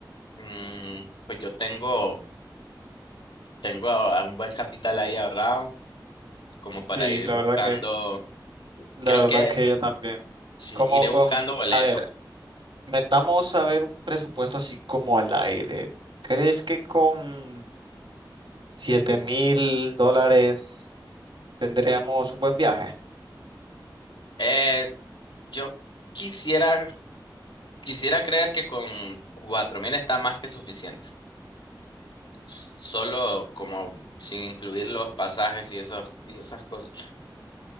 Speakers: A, on the left; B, on the right.
A: Mm, pues yo tengo, tengo a- a un buen capital ahí ahorrado. como para
B: Sí,
A: ir
B: la
A: buscando,
B: verdad que, la
A: creo
B: verdad
A: que
B: que yo también.
A: sí,
B: Como
A: iré
B: con,
A: buscando boletos.
B: a ver, metamos a ver un presupuesto así como al aire. ¿Crees que con siete mil dólares tendríamos un buen viaje?
A: Eh, yo quisiera, quisiera creer que con 4.000 está más que suficiente. Solo como sin incluir los pasajes y esos, y esas cosas.